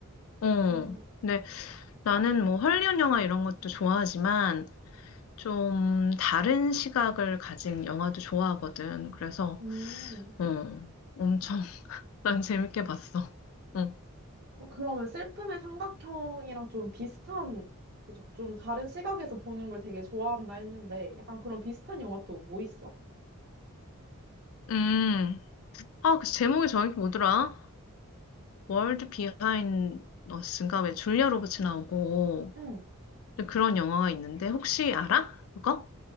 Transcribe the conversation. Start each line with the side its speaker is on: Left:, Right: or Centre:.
Left: 어.
Right: 음,
Left: 근데 나는 뭐 헐리우드 영화 이런 것도 좋아하지만 좀 다른 시각을 가진 영화도 좋아하거든. 그래서,
Right: 음.
Left: 어, 엄청 <laughs> 난 재밌게 봤어. 어.
Right: 어, 그러면 슬픔의 삼각형이랑 좀 비슷한, 그죠? 좀 다른 시각에서 보는 걸 되게 좋아한다 했는데, 약간 그런 비슷한 영화 또 뭐 있어?
Left: 음. 아, 그 제목이 정확히 뭐더라? 월드 비하인드 어스인가 왜 줄리아 로버츠 나오고
Right: 응,
Left: 그런 영화가 있는데 혹시 알아? 그거?